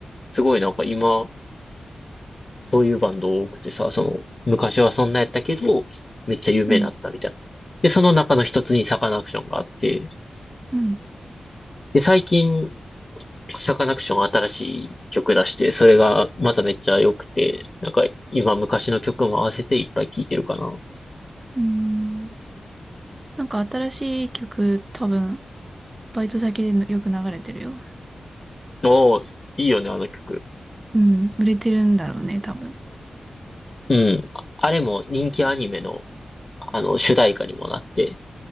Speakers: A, on the left; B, on the right.
A: すごいなんか今、そういうバンド多くてさ、その、昔はそんなやったけど、めっちゃ有名だったみたいな。
B: うん、
A: で、その中の一つにサカナクションがあって、
B: うん。
A: で、最近、サカナクション新しい曲出して、それがまためっちゃ良くて、なんか今昔の曲も合わせていっぱい聴いてるかな。
B: うーん。なんか新しい曲、多分、バイト先でのよく流れてるよ。
A: おー、いいよね、あの曲。
B: うん、売れてるんだろうね、多分。
A: うん。ああれも人気アニメの、あの、主題歌にもなって、